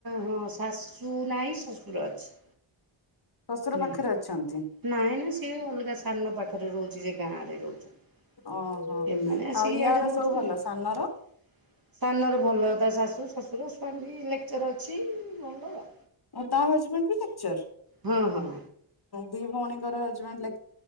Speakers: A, on the right; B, on the left.
A: ହଁ, ଶାଶୁ ନାହିଁ ଶଶୁର ଅଛି।
B: ଶ୍ୱଶୁର
A: ହୁଁ,
B: ପାଖରେ ଅଛନ୍ତି
A: ନାହି ନାହିଁ, ସେ ଅଲଗା ସାନ ପାଖରେ ରହୁଚି, ସେ ଗାଁରେ ରହୁଛନ୍ତି।
B: ଓହୋ।
A: ଏମାନେ ଆସିକି
B: ଆଉ ୟାର
A: ଇଆଡେ ରହୁଛନ୍ତି,
B: ସବୁ ଭଲ
A: ଆଉ
B: ସାନର
A: ସାନରେ ଭଲ ଶାଶୁ ଶଶୁର ସେମାନେ ବି ଲେକ୍ଚର ଅଛି, ଭଲ ଆଉ।
B: ତା ହଜବେଣ୍ଡ ବି ଲେକଚର୍,
A: ହଁ ହଁ
B: ଦି ଭଉଣୀଙ୍କର ହଜବେଣ୍ଡ ଲେ